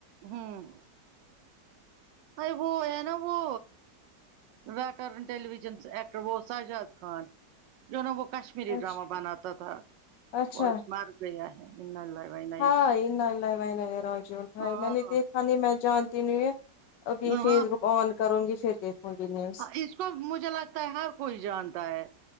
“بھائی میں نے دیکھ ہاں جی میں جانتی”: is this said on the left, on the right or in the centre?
Left